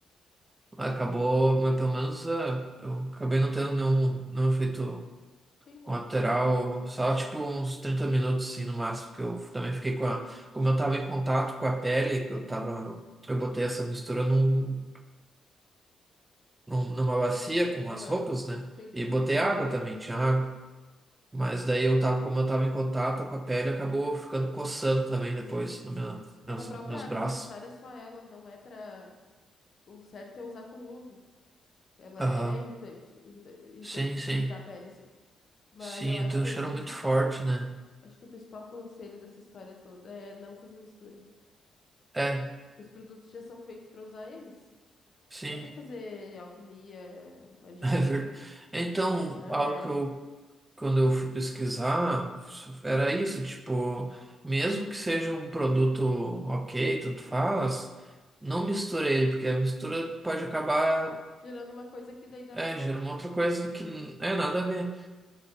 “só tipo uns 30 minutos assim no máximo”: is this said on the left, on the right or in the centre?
Right